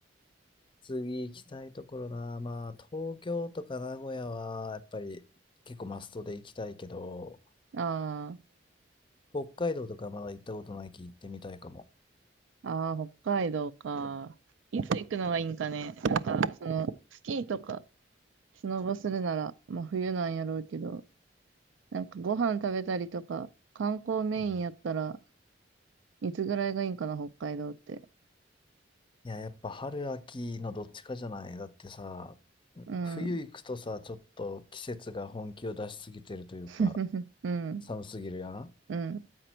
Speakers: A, on the left (about 25°); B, on the right (about 80°).
A: 次行きたいところな、まあ東京とか名古屋はやっぱり結構マストで行きたいけど、
B: あ
A: 北海道とかまだ行ったことないき行ってみたいかも。
B: あ、ああ、北海道か。いつ行くのがいいんかね。なんか、その、スキーとか、スノボするなら、まあ冬なんやろうけど、なんかご飯食べたりとか、観光メインやったら
A: うん
B: いつぐらいがいいんかな、北海道って。
A: いや、やっぱ春秋のどっちかじゃない。だってさ、
B: うん。
A: 冬行くとさ、ちょっと季節が本気を出しすぎてるというか、
B: <laughs> うん。
A: 寒すぎるやん。
B: うん。